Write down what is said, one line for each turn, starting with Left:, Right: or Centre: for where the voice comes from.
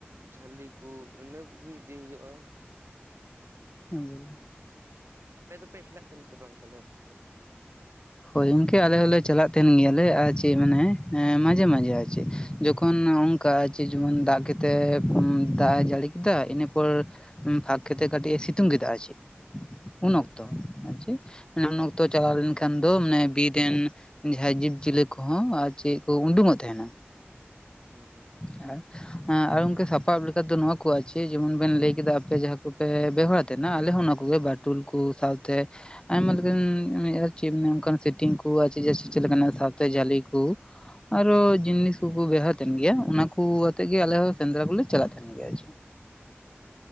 Right: ᱡᱷᱟᱹᱞᱤ ᱠᱩ, ᱤᱱᱟᱹ ᱠᱚᱜᱤ, ᱤᱫᱤ ᱦᱩᱭᱩᱜ-ᱟ ᱾
Left: ᱚᱼ ᱡᱟᱞᱟ ᱾
Right: ᱟᱯᱮ ᱫᱚᱯᱮ, ᱦᱮᱞᱟ ᱛᱟᱦᱮᱱᱟ, ᱥᱮ ᱵᱟᱝ? ᱛᱟᱦᱞᱮ ᱚᱱᱛᱮ ᱫᱚ
Left: ᱦᱳᱭ ᱜᱚᱝᱠᱮ, ᱟᱞᱮ ᱦᱚᱸᱞᱮ ᱪᱟᱞᱟᱜ ᱠᱟᱱ, ᱛᱟᱦᱮᱱ ᱜᱮᱭᱟ ᱞᱮ, ᱟᱨ ᱪᱮᱫ ᱢᱟᱱᱮ, ᱢᱟᱡᱷᱮ ᱢᱟᱡᱷᱮ, ᱟᱨ ᱪᱮᱫ? ᱡᱚᱠᱷᱚᱱ ᱠᱟ ᱪᱮᱜ? ᱡᱮᱢᱚᱱ ᱫᱟᱜ ᱠᱟᱛᱮ, ᱫᱟᱜ ᱮ ᱡᱟᱹᱲᱤ ᱠᱮᱫᱟ, ᱤᱱᱟᱹ ᱯᱚᱨ ᱯᱷᱟᱠ ᱠᱟᱛᱮᱜ, ᱠᱟᱹᱴᱤᱡᱼᱮ, ᱥᱤᱛᱩᱝ ᱠᱮᱫᱟ, ᱟᱨ ᱪᱮᱫ? ᱩᱱ ᱚᱠᱛᱚ, ᱟᱨ ᱪᱤᱜ ᱩᱱ ᱚᱠᱛᱚ, ᱪᱟᱞᱟᱣ ᱞᱮᱱᱠᱷᱟᱱ ᱠᱷᱟᱱ ᱫᱚ, ᱢᱟᱱᱮ ᱵᱤᱨ ᱨᱮᱱ, ᱡᱟᱦᱟᱸᱭ ᱡᱤᱵᱽ ᱡᱤᱭᱟᱹᱞᱤ ᱠᱚᱦᱚᱸ, ᱟᱨ ᱪᱤᱜ ᱠᱚ, ᱩᱰᱩᱝᱚᱜ ᱛᱟᱸᱦᱮᱱᱟ ᱾
Right: ᱦᱩᱸᱻ ᱾
Left: <unintelligible> ᱟᱨ ᱜᱚᱝᱠᱮ, ᱥᱟᱯᱟᱵ ᱞᱮᱠᱟ ᱫᱚ, ᱱᱚᱣᱟ ᱠᱚ, ᱟᱨ ᱪᱮᱫ ᱡᱮᱢᱚᱱ ᱵᱮᱱ ᱞᱟᱹᱭ ᱠᱮᱫᱟ, ᱟᱯᱮ ᱡᱟᱦᱟᱸ ᱠᱚᱯᱮ, ᱵᱮᱣᱦᱟᱨᱟ ᱾ ᱛᱮᱱᱟ, ᱟᱞᱮ ᱦᱚᱸ, ᱚᱱᱟ ᱠᱚᱜᱮ, ᱵᱟᱴᱩᱞ ᱠᱚ ᱥᱟᱶᱛᱮ ᱟᱭᱢᱟ ᱞᱮᱠᱟᱱ, ᱟᱨ ᱪᱤᱜ? ᱢᱟᱱᱮ, ᱚᱱᱠᱟᱱ ᱥᱮᱴᱤᱝ ᱠᱚ, ᱟᱨ ᱪᱤᱫ ᱞᱮᱠᱟᱱᱟᱜ ᱥᱟᱶᱛᱮ, ᱡᱷᱟᱹᱞᱤ ᱠᱩ ᱟᱨᱚ, ᱡᱤᱱᱤᱥ
Right: ᱦᱩᱸ
Left: ᱠᱩᱠᱩ, ᱵᱮᱣᱦᱟᱨ ᱛᱟᱦᱮᱱ ᱜᱮᱭᱟ ᱾ ᱚᱱᱟ ᱠᱩ, ᱟᱛᱮᱜ ᱜᱮ, ᱟᱞᱮ ᱦᱚᱸ, ᱥᱮᱸᱫᱽᱨᱟ ᱠᱩᱞᱮ, ᱪᱟᱞᱟᱜ ᱛᱟᱦᱮᱱ ᱜᱮᱭᱟ, ᱟᱨ ᱪᱤᱜ?